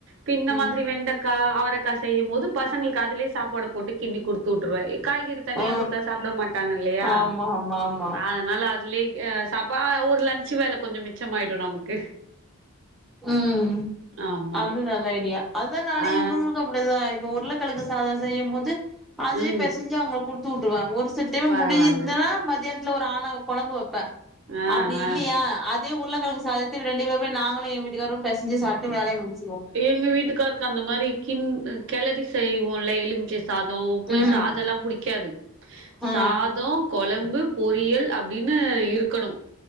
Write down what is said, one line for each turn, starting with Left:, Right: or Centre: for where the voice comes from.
Right: பின்ன
Centre: ம்
Right: மாதிரி வெண்ட அவரைக்க செய்யும் போது பசங்களுக்கு அதுலயே சாப்பாடு போட்டு கிண்டி குடுத்து விட்டுருவேன் காய்கறி தனியா
Centre: ஆ
Right: கொடுத்தா சாப்பிட மாட்டாங்க இல்லையா
Centre: ஆமா ஆமா ஆமா
Right: அதனால அது சாப்பா ஒருலன்சு வேலை கொஞ்சம் மிச்சமிடும் நமக்கு
Centre: உம்
Right: ஆமா
Centre: அது நல்ல ஐடியா அதுதா நானே
Right: ஆ
Centre: இவனுங்களுக்கு அப்படிதா இப்போ உருளைக்கழக்கு சாதோ செய்யு போது அதுவே
Right: ம்
Centre: பெசைஞ்சு அவங்க குடுத் துட்டுருவன் ஒருஸ் செட்டு
Right: பரவால்ல
Centre: முடிந்திருசுன மதியான ல ஒரு ஆணவ கொழம்பு வெப்ப
Right: ஆ
Centre: அப்டி இல்லையா
Right: ஆ
Centre: அது ந்து உருளக்கெழுங்க சாதத்த இவங்க இரண்டு பேரும் நாங்க எ வீட்டுக்கார பேசஞ்சு சாப்பிட்டு வேலய முடிய
Right: எங்க வீட்டுக்காருக்கு அந்த மாதிரி கின் கேலரி செய்வோன்ல எலுமிச்ச சாதோ புளி
Centre: ம்
Right: சாதோ எல்லா புடிக்காது சாதோ
Centre: ஆ
Right: கொழம்பு பொறியியல் அப்டின்னு இருக்கணு